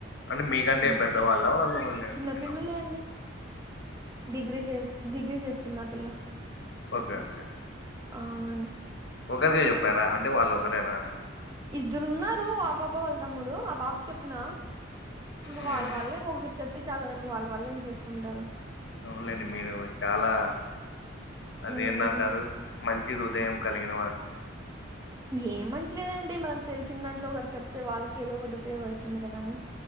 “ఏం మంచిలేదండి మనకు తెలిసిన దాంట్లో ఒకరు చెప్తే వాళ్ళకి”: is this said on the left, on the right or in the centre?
Right